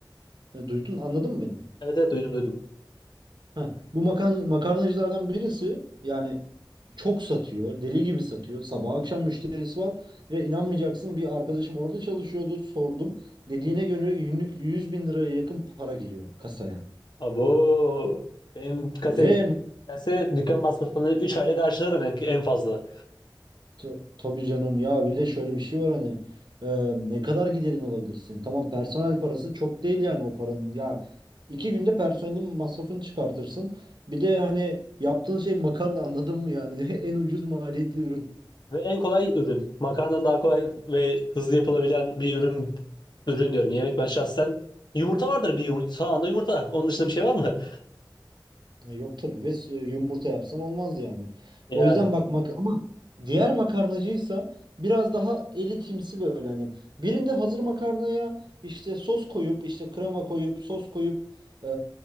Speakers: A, on the right (about 65°); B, on the left (about 60°).
A: e, duydun anladın mı beni?
B: Evet evet duydum duydum.
A: Heh, bu makan makarnacılardan birisi yani çok satıyor, deli gibi satıyor. Sabah akşam müşterisi var ve inanmayacaksın bir arkadaşım orada çalışıyordu. Sordum. Dediğine göre günlük yüz bin liraya yakın para giriyor kasaya.
B: Abo benim kasaya
A: Ve
B: gelse dükkan masrafını 3 ayda karşılarım en, en fazla.
A: t- tabii canım ya bir de şöyle bir şey var hani e, ne kadar giderin olabilirsin? Tamam personel parası çok değil yani o paranın. Ya iki günde personelin masrafını çıkartırsın. Bir de hani yaptığın şey makarna anladın mı yani <laughs> en ucuz maliyetli ürün.
B: Ve en kolay ürün. Makarnadan daha kolay ve hızlı yapılabilen bir ürün ürün diyorum. Yemek ben şahsen yumurta vardır bir yumurta. Sağında yumurta. Onun dışında bir şey var mı?
A: E, Yok tabii ve s- yumurta yapsan olmaz yani.
B: Yani
A: O yüzden bak mak ama diğer makarnacıysa biraz daha elitimsi böyle hani birinde hazır makarnaya işte sos koyup işte krema koyup sos koyup e,